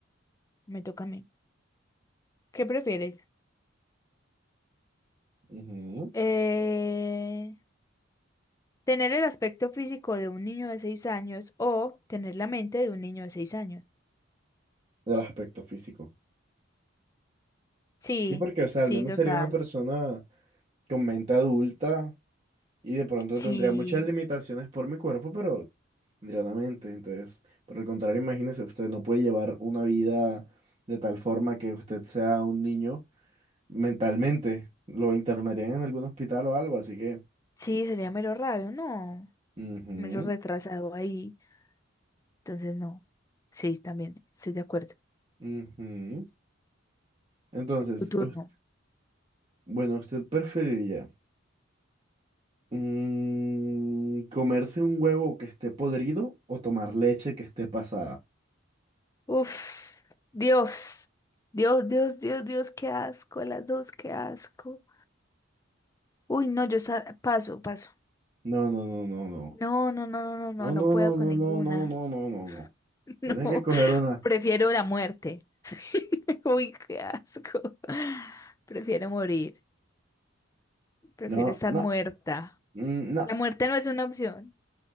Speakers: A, on the left; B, on the right.
A: me toca a mí. ¿Qué prefieres?
B: Ujú,
A: Eh, ¿tener el aspecto físico de un niño de seis años o tener la mente de un niño de seis años?
B: Del aspecto físico.
A: Sí,
B: Sí, porque, o sea,
A: sí,
B: al menos
A: total.
B: sería una persona con mente adulta y de pronto
A: Sí,
B: tendría muchas limitaciones por mi cuerpo, pero tendría una mente. Entonces, por el contrario, imagínese, usted no puede llevar una vida de tal forma que usted sea un niño mentalmente. Lo internarían en algún hospital o algo, así que...
A: sí, sería mero raro, ¿no?
B: ujú,
A: medio retrasado ahí. Entonces, no. Sí, también, estoy de acuerdo.
B: ujú. Entonces,
A: Tu turno.
B: us- bueno, ¿usted preferiría mm, comerse un huevo que esté podrido o tomar leche que esté pasada?
A: Uf, Dios. Dios, Dios, Dios, Dios, qué asco. Las dos, qué asco. Uy, no, yo sa- paso, paso.
B: No, no, no, no, no.
A: No, no, no, no, no, no,
B: No,
A: no
B: no,
A: puedo
B: no,
A: con
B: no,
A: ninguna.
B: no, no, no, no, no, no. no.
A: <laughs> No,
B: Tienes que escoger una.
A: prefiero la muerte. <laughs> Uy, qué asco. Prefiero morir. Prefiero
B: No,
A: estar
B: no,
A: muerta.
B: mm, no,
A: La muerte no es una opción.